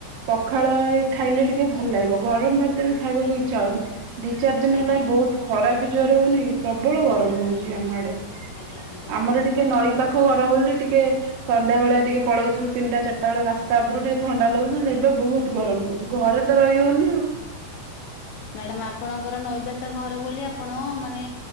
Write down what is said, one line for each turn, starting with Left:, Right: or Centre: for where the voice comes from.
Right: ପଖାଳ ଖାଇଲେ ଟିକେ ଭଲ ଲାଗିବ। ଗରମ ଭାତ ତ ଖାଇବାକୁ
Left: ଆଜ୍ଞା
Right: ଇଚ୍ଛା ହଉନି। ଦି ଚାରି ଦିନ
Left: ଆଜ୍ଞା
Right: ହେଲା ବହୁତ ଖରା ବି ଜୋର ହଉନି ପ୍ରବଳ ଗରମ ହଉଛି
Left: ଆଜ୍ଞା
Right: ଆମ ଆଡେ।
Left: ଆଜ୍ଞା ଆଜ୍ଞା
Right: ଆମର
Left: ଆଜ୍ଞା
Right: ଟିକେ ନଈ ପାଖ ଘର ବୋଲି ଟିକେ ସନ୍ଧ୍ୟା ଭଳିଆ ଟିକେ ପଳଉଛୁ ତିନିଟା ଚାରଟା ବେଳେ ରାସ୍ତା ଉପରୁ ଟିକେ ଥଣ୍ଡା ଲାଗୁଛି। ନାଇତ ବହୁତ
Left: ଆଜ୍ଞା
Right: ଗରମ ହେଉଛି ଘରେ ତ ତ ରହିି ହେଉନି ଆଉ
Left: ମ୍ୟାଡାମ ଆପଣଙ୍କର ନଈ ପଠା ଘର ବୋଲି ଆପଣ ମାନେ